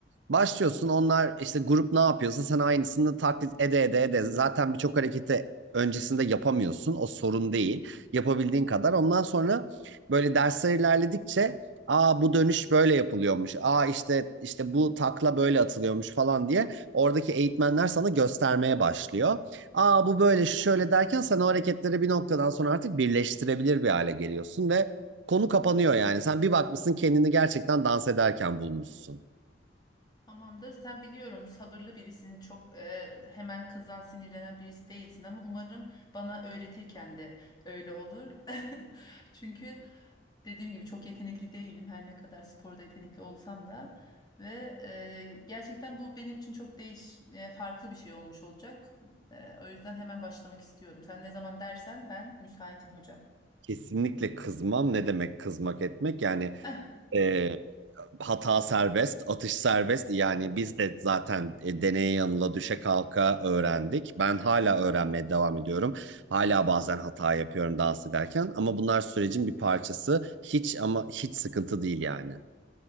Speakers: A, on the right (about 75°); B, on the left (about 25°).
A: Başlıyorsun onlar işte grup ne yapıyorsa sen aynısını taklit ede ede ede. Zaten birçok hareketi öncesinde yapamıyorsun. O sorun değil. Yapabildiğin kadar. Ondan sonra böyle dersler ilerledikçe aa bu dönüş böyle yapılıyormuş. Aa işte işte bu takla böyle atılıyormuş falan diye oradaki eğitmenler sana göstermeye başlıyor. Aa bu böyle şu şöyle derken sen o hareketleri bir noktadan sonra artık birleştirebilir bir hale geliyorsun ve konu kapanıyor yani. Sen bir bakmışsın kendini gerçekten dans ederken bulmuşsun.
B: Tamamdır. Sen biliyorum sabırlı birisin. Çok e, hemen kızan sinirlenen birisi değilsin ama umarım bana öğretirken de öyle olur. <laughs> Çünkü dediğim gibi çok yetenekli değilim. Her ne kadar sporda yetenekli olsam da ve e, gerçekten bu benim için çok değiş e, farklı bir şey olmuş olacak. E, o yüzden hemen başlamak istiyorum. Sen ne zaman dersen ben müsaitim hocam.
A: Kesinlikle kızmam. Ne demek kızmak etmek? Yani
B: <laughs>
A: e, hata serbest, atış serbest. Yani biz de zaten e, deneye yanıla düşe kalka öğrendik. Ben hala öğrenmeye devam ediyorum. Hala bazen hata yapıyorum dans ederken. Ama bunlar sürecin bir parçası. Hiç ama hiç sıkıntı değil yani.